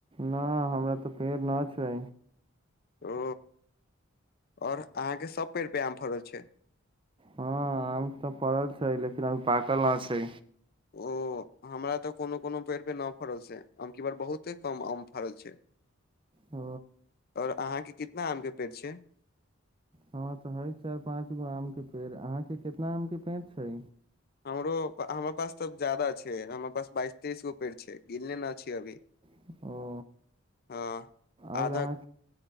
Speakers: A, on the right; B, on the left.
A: नहि हमरा तऽ पेड़ नहि छै
B: ओ आओर अहाँके सभ पेड़ पे आम फड़ल छै
A: हँ आम तऽ फड़ल छै लेकिन अभी पाकल नहि छै
B: ओ हमरा तऽ कोनो कोनो पेड़ पर न फड़ै छै एमकी बार बहुते कम आम फड़ल छै
A: ह
B: आर अहाँके कितना आम के पेड़ छै
A: हँ तऽ हय चारि पाँच गो आम के पेड़ अहाँके कितना आम के पेड़ छै
B: हमरो हमरा पास तऽ ज्यादा छै हमरा पास बाइस तेइस गो पेड़ छै गिनने न छिये अभी
A: ओ
B: हँ
A: आओर
B: आधा
A: अहाँ